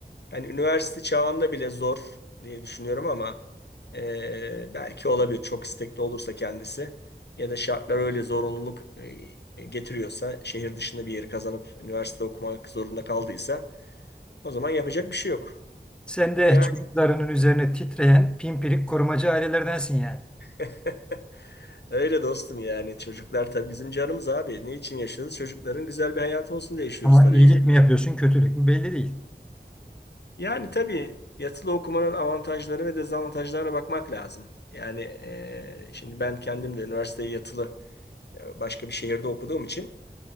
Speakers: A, on the left; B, in the centre.
A: Yani üniversite çağında bile zor diye düşünüyorum ama e, belki olabilir çok istekli olursa kendisi ya da şartlar öyle zorunluluk e, getiriyorsa şehir dışında bir yeri kazanıp üniversite okumak zorunda kaldıysa o zaman yapacak bir şey yok.
B: Sen de
A: Yani
B: çocuklarının üzerine titreyen pimpirik korumacı ailelerdensin yani.
A: <laughs> öyle dostum yani çocuklar tabii bizim canımız abi. Ne için yaşıyoruz? Çocukların güzel bir hayatı olsun diye yaşıyoruz
B: Ama
A: tabii
B: iyilik
A: ki.
B: mi yapıyorsun, kötülük mü belli değil.
A: Yani tabii yatılı okumanın avantajları ve dezavantajlarına bakmak lazım. Yani eee, şimdi ben kendim de üniversiteyi yatılı e, başka bir şehirde okuduğum için